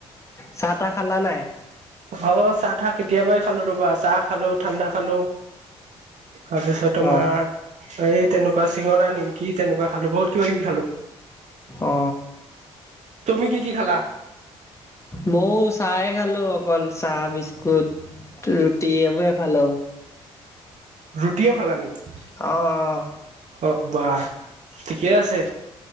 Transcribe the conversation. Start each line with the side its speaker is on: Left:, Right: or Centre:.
Left: চাহ তাহ খালা নাই?
Right: অঁ চাহ তাহ কেতিয়াবাই খালো ৰবা চাহ খালো, ঠাণ্ডা খালো। তাৰপিছত তোমাৰ
Left: অ
Right: এই তেনেকুৱা চিঙৰা নিমকি তেনেকুৱা খালো, বহুত কিবা-কিবি খালোঁ।
Left: অ
Right: তুমি কি কি খেলা?
Left: মৌ চাই অকল চাহ, বিস্কুট, ৰুটি এইবোৰে খালো।
Right: ৰুটিও খালা শিকি?
Left: অ'।
Right: অহ বা ঠিকে আছে।